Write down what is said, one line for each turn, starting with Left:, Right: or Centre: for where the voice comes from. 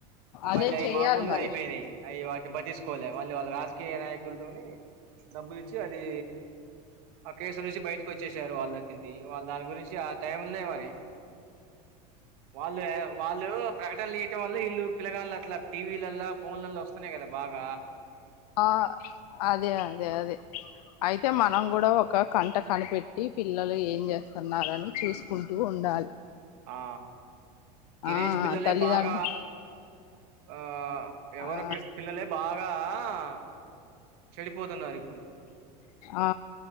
Left: అదే
Right: మళ్ళీ అవి
Left: చెయ్యాలి
Right: మామము లుగా
Left: మరి
Right: అయిపోయినాయి అవి పట్టిచుకోలే మళ్ళీ వాళ్ళ రాజకీయ నాయకులతోని డబ్బులి ఇచ్చి అది ఆ కేసు నుంచి బయ్ వచ్చేసారు వాళ్ళకిింది వాళ్ళు దాని గురించి ఆ టైంనే మరి వాళ్ళు వాళ్ళు ప్రకటనలు చేయటం వల్ల వీళ్ళు పిలగాళ్లు అలా టీవీలల్లో ఫోన్లలో వస్తున్నాయి కదా బ గ
Left: ఆ అదే అదే అదే అయితే
Right: ఆ
Left: మనం గూడ ఒక కంట కనిపెట్టి పిల్లలు ఏం చేస్తున్నారని చూసుకుంటూ ఉండాలి
Right: ఆ టీనేజ్
Left: ఆ
Right: పిల్లలే
Left: తల్లిదండ్రు
Right: బాగ <unintelligible>
Left: ఆ
Right: పిల్లలే బాగా ఆ చెడిపోతున్నారు ఇప్పుడు
Left: ఆ